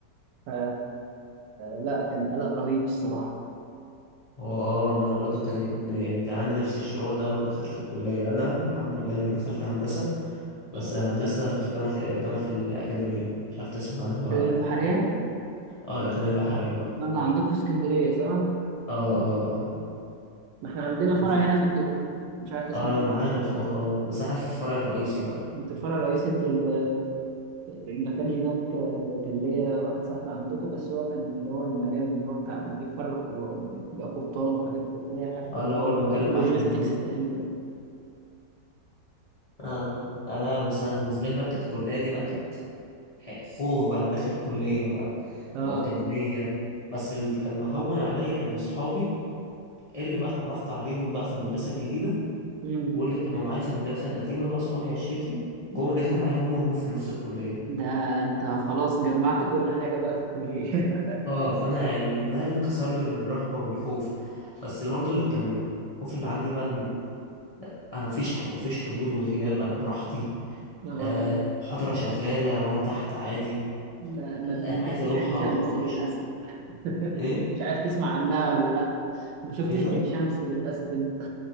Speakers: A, on the right; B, on the left.
A: ف لا كان قلق رهيب الصراحة
B: اه ما انا برضه كانت يعني كان عندي نفس الشعور ده اول ما دخلت الكلية انا الحمد لله يعني دخلت هندسة
A: شغل.
B: بس هندسة في جامعة جامعة الأكاديمية مش عارف تسمع عنها ولا
A: البحرية
B: لأ اه الأكاديمية البحرية اه
A: يلا عندكم في اسكندرية صح؟
B: اه اه
A: ما احنا عندنا
B: اه
A: فرع هنا في الدق مش عارف تسمع
B: اه انا
A: عنه.
B: عارف اه بس احنا في الفرع الرئيسي بقى
A: انت في فرع رئيسي انت ال- المكان هناك آه، كان ليا واحد صاحبي عندكم بس هو كان اللي هو المجال اللي هو بتاع اللي بيتفرج وبيبقى قبطان وحاجات كده، اللي هي حاجات
B: اه
A: اللي
B: اللي هو
A: هي
B: المجال
A: لها علاقة باللوجيستكس
B: البحري اه
A: تقريبا
B: آه، انا مثلا بالنسبة لي بقى كانت الكلية دي بقى كانت حقوق بقى داخل كلية بقى
A: اه
B: وأكاديمية بس اللي كان مهون عليا إن صحابي اللي بقى اتعرفت عليهم بقى في المدرسة الجديدة
A: مم.
B: واللي كانوا معايا في المدرسة القديمة بقى صحابي عشرتي جوه لقيتهم معايا هم هم في نفس الكلية
A: ده انت خلاص جمعت كل حاجة بقى في الكلية
B: اه
A: <laughs>
B: فأنا يعني ده اللي كسر لي الرهبة والخوف بس اللي برضه اللي كان الخوف اللي عندي بقى إن أنا مفيش ح- مفيش حضور وغياب أنا براحتي
A: اه
B: آه، محاضرة شغالة وأنا تحت عادي
A: لا، ما انت
B: آه،
A: ما
B: عايز
A: شفتش
B: أروح
A: عين
B: أروح
A: شمس
B: ما أروحش
A: للأسف <laughs>
B: إيه
A: مش عارف تسمع عنها ولا لا ما شفتش
B: إيه ده؟
A: عين شمس للأسف انت